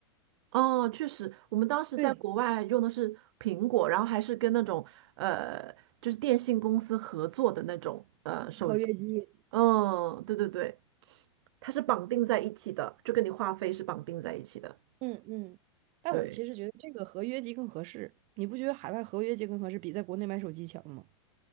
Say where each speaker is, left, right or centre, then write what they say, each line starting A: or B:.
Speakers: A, on the right; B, on the right.
A: 哦，确实，我们当时在国外用的是苹果，
B: 对，
A: 然后还是跟那种呃，就是电信公司合作的那种呃手机。
B: 合 <laughs> 约机。
A: 嗯，对对对，它是绑定在一起的，就跟你话费是绑定在一起的。
B: 嗯嗯，但我其实觉得这个合约机更合适，
A: 对，
B: 你不觉得海外合约机更合适，比在国内买手机强吗？